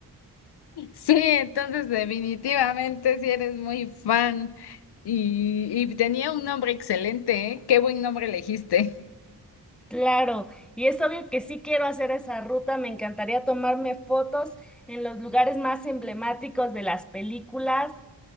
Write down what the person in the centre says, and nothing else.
Claro, y es obvio que sí quiero hacer esa ruta, me encantaría tomarme fotos en los lugares más emblemáticos de las películas